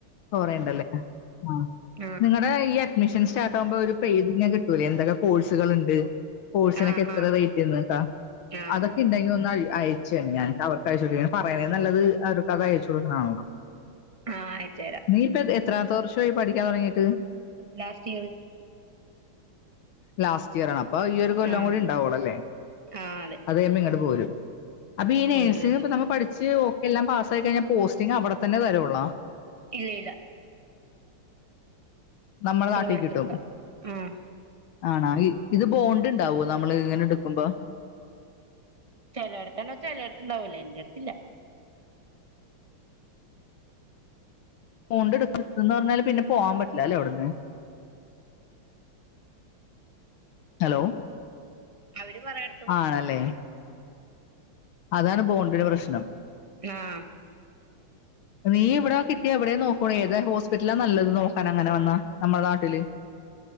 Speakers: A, on the left; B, on the right.
A: കൊറേണ്ട് അല്ലേ ആ
B: ആഹ്
A: നിങ്ങടെ ഈ മിഷൻ സ്റ്റാർട്ട്കുമ്പ ഒരു പെയ്ജ് ഇങ്ങനെ കിട്ടൂലെ എന്തൊക്കെ കോഴ്സ്കള് ഇണ്ട് കോഴ്സ്സിന്
B: ആഹ്
A: ഒക്കെ എത്ര
B: ആഹ്
A: റേറ്റന്ന് കേട്ടാ
B: ആഹ്
A: അതൊക്കെ ഒണ്ടെങ്കിൽ ഒന്ന് അയ് അയ് ചെന്നെ ഞാന് അവർക്ക് അയച്ചു കൊടുക്ക പറയണേ നല്ലത് അവർക്ക് അത് അയച്ച് കൊടുക്കണത് ആണല്ലോ
B: ആഹ് അയച്ച് തരാം
A: നീ ഇപ്പ എത്രമത്തെ വർഷായി പഠിക്കാൻ തൊടങ്ങിട്ട്
B: ലാസ്റ്റ് ഇയർ
A: ലാസ്റ്റ് ഇയർ ആണ് അപ്പ ഈ ഒരു കൊല്ലം
B: ആഹ്
A: കൂടി എണ്ടാവുള്ള അല്ലേ
B: ആഹ് അതെ
A: അത് കഴിമ്പം ഇങ്ങോട്ട് പോരും അപ്പ ഈ നേഴ്സിംഗ്
B: ഒരു
A: ഇപ്പ നമ്മ പഠിച്ച് എല്ലാം പാസായി കഴിഞ്ഞ പോസ്റ്റിങ് അവിടെ തന്നെ തരുവോളള
B: ഇല്ല ഇല്ല
A: നമ്മള
B: ഇഷ്ടമുള്ളടത്തെടുക്കാം
A: നാട്ടിൽ കിട്ടും
B: ആഹ്
A: ആണ് ആണ് ഇത് ബോണ്ട് എണ്ടാവോ നമ്മള് ഇങ്ങനെ എടുക്കുമ്പോ
B: ചെലടത്തണോ ചെലയിടത്ത് ഒണ്ടാവല്ലോ എന്റെ എടുത്ത്ത്തില്ല
A: പൊണ്ട് എടുക്ക് എന്ന് പറഞ്ഞാൽ പിന്നെ പോകാൻ പറ്റില്ല അല്ലേ അവിടന്ന് ഹലോ
B: അവര് പറയണ്
A: ആണല്ലേ അതാണ് ബോണ്ടിന്റെ പ്രശ്നം
B: ആഹ്
A: നീ ഇവിടെ കിട്ടി എവിടെ നോക്കൂ ഏത് ഹോസ്പിറ്റലാ നല്ലത് നോകാൻ അങ്ങനെ വന്നാ നമ്മള നാട്ടില്